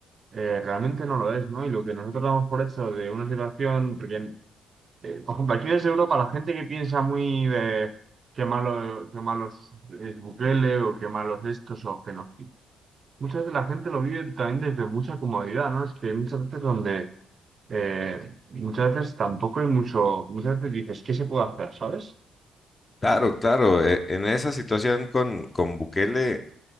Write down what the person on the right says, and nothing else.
eh, realmente no lo es, ¿no? Y lo que nosotros damos por hecho de una situación, porque, eh, por ejemplo, aquí desde Europa la gente que piensa muy de qué malo, qué malos es Bukele o qué malos estos o que no. Muchas veces la gente lo vive también desde mucha comodidad, ¿no? Es que hay muchas veces donde, eh, muchas veces tampoco hay mucho, muchas veces dices, ¿qué se puede hacer? ¿Sabes?